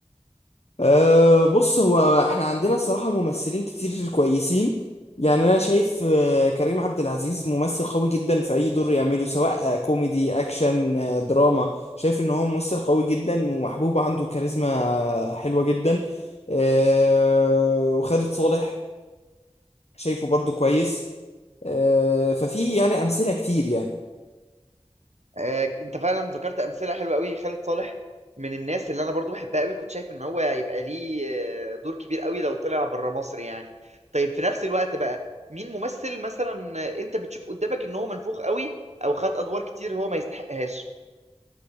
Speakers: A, on the left; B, on the right.
A: أه بص هو احنا عندنا الصراحة ممثلين كتير كويسين يعني انا شايف آه، كريم عبد العزيز ممثل قوي جدا في اي دور يعمله سواء آه، كوميدي اكشن آه، دراما شايف ان هو ممثل قوي جدا ومحبوب عنده كاريزما حلوة جدا أه وخالد صالح شايفه برضو كويس أه ففي يعني امثلة كتير يعني
B: آه، انت فعلا ذكرت امثله حلوه قوي خالد صالح من الناس اللي انا برضو بحبها قوي كنت شايف ان هو هيبقى ليه آه، دور كبير قوي لو طلع بره مصر يعني طيب في نفس الوقت بقى مين ممثل مثلا آه، انت بتشوف قدامك ان هو منفوخ قوي او خد ادوار كتير هو ما يستحقهاش